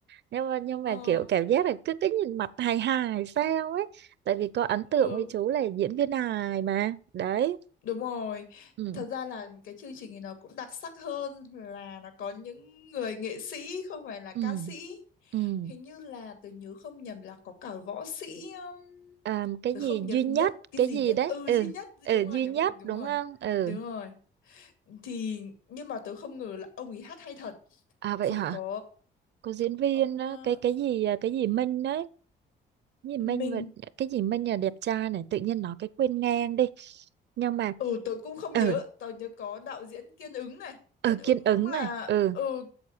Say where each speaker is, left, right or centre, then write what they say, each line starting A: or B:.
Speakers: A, on the right; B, on the left.
A: Nhưng mà nhưng
B: ờ,
A: mà kiểu cảm giác là cứ cứ nhìn mặt hài hài sao ấy. Tại vì có ấn tượng
B: ừ,
A: với chú là diễn viên hài mà. Đấy.
B: đúng rồi.
A: Ừ.
B: Thật ra là cái chương trình này nó cũng đặc sắc hơn là nó có những người nghệ sĩ không phải là ca
A: Ừ.
B: sĩ.
A: Ừ.
B: Hình như là tớ nhớ không nhầm là có cả võ sĩ um,
A: À, cái
B: Tớ không
A: gì
B: nhớ
A: duy nhất,
B: nhất cái
A: cái
B: gì
A: gì
B: nhất.
A: đấy?
B: Ừ
A: Ừ.
B: duy nhất.
A: Ừ
B: Đúng rồi,
A: duy
B: đúng
A: nhất
B: rồi, đúng
A: đúng
B: rồi.
A: không? Ừ.
B: Đúng rồi. Thì nhưng mà tớ không ngờ là ông ấy hát hay thật.
A: À vậy
B: Rồi
A: hả?
B: có
A: Có diễn viên
B: ông
A: á,
B: ờ,
A: cái cái gì à, cái gì Minh đấy. Cái gì Minh
B: Minh.
A: và cái gì Minh là đẹp trai này, tự nhiên nói cái quên ngang đi. Nhưng mà
B: Ừ tớ cũng không
A: ừ
B: nhớ, tớ nhớ có đạo diễn Kiên Ứng này.
A: ừ
B: Kiên Ứng
A: Kiên Ứng
B: cũng là
A: này ừ
B: ừ